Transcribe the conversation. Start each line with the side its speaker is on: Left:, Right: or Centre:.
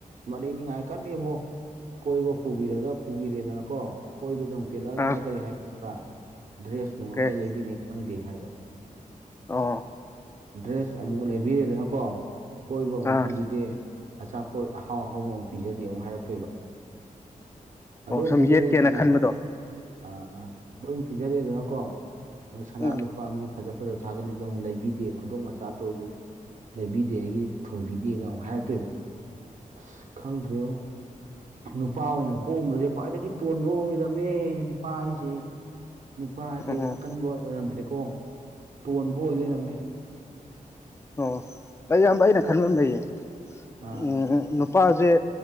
Right: ꯃꯔꯩꯅꯤꯉꯥꯏ ꯀꯜꯂꯤꯕꯣ ꯀꯣꯏꯕ ꯄꯨꯕꯤꯔꯒ ꯄꯨꯕꯤꯔꯦꯗꯅꯀꯣ ꯀꯣꯏꯕ ꯁꯦ ꯑꯝ꯫ ꯄꯦꯜꯂꯛꯑꯒꯅ
Left: ꯑꯥ
Right: ꯀꯔꯤ ꯍꯥꯏ ꯈꯪꯕ꯭ꯔꯥ ꯗ꯭ꯔꯦꯁꯅꯨꯡ
Left: ꯀꯩ
Right: ꯑꯝꯇ ꯂꯩꯕꯤꯅꯦ ꯈꯪꯗꯦ ꯍꯥꯏꯕ
Left: ꯑꯣ
Right: ꯗ꯭ꯔꯦꯁ ꯑꯃꯨꯛ ꯂꯩꯕꯤꯔꯦꯗꯅꯀꯣ ꯀꯣꯏꯕ ꯑꯃꯨꯛ
Left: ꯑꯥ
Right: ꯄꯨꯕꯤꯗꯦ ꯑꯆꯥꯄꯣꯠ ꯑꯍꯥꯎ ꯑꯍꯥꯎꯕ ꯑꯃ ꯄꯤꯖꯗꯦ ꯑꯃꯨꯛ ꯍꯥꯏꯔꯛꯇꯣꯏꯕ ꯑꯗꯨꯝ
Left: ꯑꯣ ꯁꯨꯝ
Right: ꯄꯤꯖꯔꯦꯗꯅ
Left: ꯌꯦꯠꯀꯦꯅ ꯈꯟꯕꯗꯣ
Right: ꯑꯥ ꯑꯥ ꯑꯗꯨꯝ ꯄꯤꯖꯔꯑꯦꯗꯅꯀꯣ ꯑ ꯁꯅꯥ
Left: ꯎꯝ
Right: ꯂꯨꯄꯥ ꯃꯤ ꯐꯖ ꯐꯣꯇꯣ ꯊꯒꯠꯂꯤꯁꯦ ꯑꯃꯨꯛ ꯂꯩꯕꯤꯗꯦ ꯈꯨꯗꯣꯡꯆꯥ ꯇꯧꯔꯤꯁꯨ ꯂꯩꯕꯤꯗꯦ ꯑꯩꯒꯤ ꯊꯣꯟꯕꯤꯗꯦꯅ ꯑꯃꯨꯛ ꯍꯥꯏꯔꯛꯇꯣꯏꯕ ꯑꯁ ꯈꯪꯗ꯭ꯔꯦ ꯉꯣ ꯅꯨꯄꯥ ꯑꯣꯏꯅ ꯄꯣꯛꯑꯃꯕꯁꯦ ꯈ꯭ꯋꯥꯏꯗꯒꯤ ꯇꯣꯟꯕ ꯑꯣꯏꯔꯝꯃꯦ ꯅꯨꯄꯥ ꯍꯥꯏꯁꯦ ꯅꯨꯄꯥ ꯍꯥꯏꯁꯦ
Left: ꯑꯣ
Right: ꯑꯀꯟꯕ ꯑꯣꯏꯔꯝꯗ꯭ꯔꯦꯀꯣ ꯇꯣꯟꯕ ꯑꯣꯏ ꯂꯩꯔꯝꯃꯦ
Left: ꯑꯣ ꯑꯌꯥꯝꯕ ꯑꯩꯅ ꯈꯟꯕ ꯑꯃ ꯂꯩꯌꯦ
Right: ꯑꯥ
Left: ꯎ ꯅꯨꯄꯥꯁꯦ